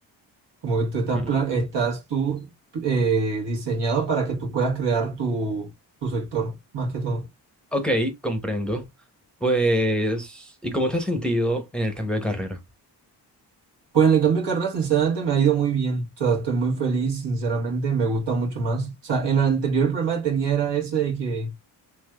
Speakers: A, on the right (about 60°); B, in the centre.
A: Como que tú estás,
B: Mm.
A: pla- estás tú eh, diseñado para que tú puedas crear tu, tu sector, más que todo.
B: Ok, comprendo. Pues, ¿y cómo te has sentido en el cambio de carrera?
A: Pues en el cambio de carrera, sinceramente, me ha ido muy bien. O sea, estoy muy feliz, sinceramente, me gusta mucho más. O sea, en el anterior problema que tenía era ese de que